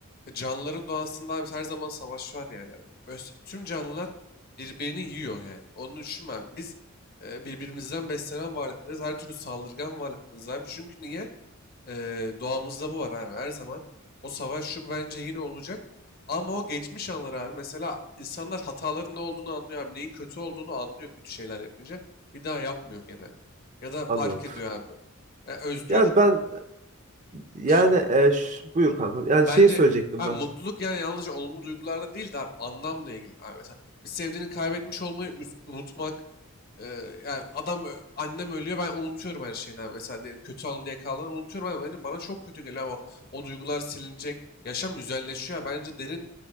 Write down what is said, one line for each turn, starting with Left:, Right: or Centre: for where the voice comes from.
Left: e, canlıların doğasında abi her zaman savaş var yani abi. Öz- Tüm canlılar birbirini yiyor yani. Onu düşünme abi. Biz e, birbirimizden beslenen varlıklarız. Her türlü saldırgan varlıklarız abi. Çünkü niye? Eee, doğamızda bu var abi. Her zaman o savaş şu bence yine olacak. Ama o geçmiş anlar abi. Mesela insanlar hataların ne olduğunu anlıyor abi. Neyin kötü olduğunu anlıyor kötü şeyler yapınca. Bir daha yapmıyor genelde. Ya da fark
Right: Anladım.
Left: ediyor abi. E, özgür
Right: Yani ben yani
Left: şey.
Right: e, ş- buyur kanka. Yani
Left: Bence
Right: şey söyleyecektim
Left: abi
Right: ben.
Left: mutluluk yani yalnızca olumlu duygularla değil de abi anlamla ilgili. Abi mesela bir sevdiğini kaybetmiş olmayı üz- unutmak. Eee, yani adam ö- annem ölüyor ben unutuyorum her şeyini abi. Mesela diyelim kötü anı diye kaldığını unutuyorum ama hani bana çok kötü geliyor abi. o, o duygular silinecek. Yaşam güzelleşiyor. abi. Bence derin,